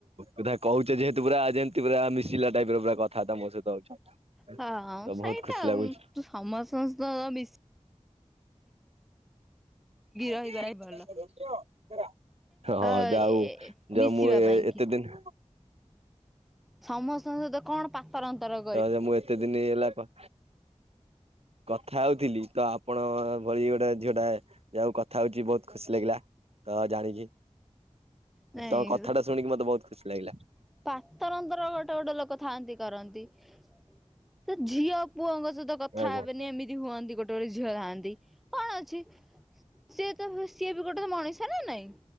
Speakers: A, on the right (about 55°); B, in the centre.
A: କଥା କହୁଚ ଯେହେତୁ ପୁରା ଯେମ୍ତି ପୁରା ମିଶିଲା ଟାଇପ୍ ର ପୁରା କ ଥା ତ ମୋ ସହିତ ଅଛ ତ
B: ହଁ ସେଇଟା
A: ବୋହୁତ୍ ଖୁସି
B: ଆଉ
A: ଲାଗୁଚି।
B: ସମସ୍ତଙ୍କ ସହିତ ମିଶ୍
A: ରୋମିଅ
B: ରହିବା ହିଁ ଭଲ।
A: ରାବେ ଆଁ। ହଁ
B: ଅ
A: ଯାଉ
B: ଏ ମିଶିବା
A: ଯାଉ ମୁଁ
B: ପାଇଁ
A: ଏ
B: କି।
A: ଏତେ ଦିନ୍
B: ସମସ୍ତଙ୍କ ସହିତ କଣ ତରନ୍ତର
A: ତ ଯୋ ମୁଁ ଏତେ ଦିନି ହେଲା କ କଥା ହୋଉଥିଲି ତ ଆପଣ ଭଳି ଗୋଟେ ଝିଅ ଟା ଯା ହୋଉ କଥା ହୋଉଚି ବୋହୁତ୍ ଖୁସି ଲାଗିଲା। ତ ଜାଣିକି
B: ନାଇଁ
A: ତମ କଥା ଟା ଶୁଣିକି ମତେ ବହୁତ ଖୁସି ଲାଗିଲା।
B: ପାତର ଅନ୍ତର ଗୋଟେ ଗୋଟେ ଲୋକ ଥାଆନ୍ତି କରନ୍ତି ତ ଝିଅ ପୁଅଙ୍କ ସହିତ କଥା
A: ଆଜ୍ଞା
B: ହେବେନି ଏମିତି ହୁଅନ୍ତି ଗୋଟେ ଗୋଟେ ଝିଅ ଥାଆନ୍ତି କଣ ଅଛି ସିଏତ ହୁଏ ସିଏ ବି ଗୋଟେ ତ ମଣିଷ ନା ନାଇଁ?